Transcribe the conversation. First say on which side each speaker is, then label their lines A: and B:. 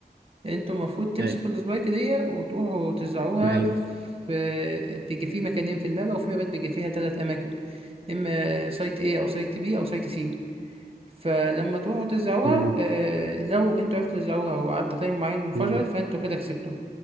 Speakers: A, on the right (about 35°); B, on the right (about 75°).
A: انتوا المفروض تمسكوا
B: ايوه
A: السبايك دي وتروحوا توزعوها
B: ما ايوه
A: في بيجي فيه مكانين في الماب وفي مابات بيجي فيها تلات أماكن إما سايت A أو سايت B أو سايت C فلما تروحوا توزعوها
B: مم.
A: آه، لو انتوا عرفتوا توزعوها وعدى تايم معين وانفجرت
B: مم.
A: فانتوا كده كسبتوا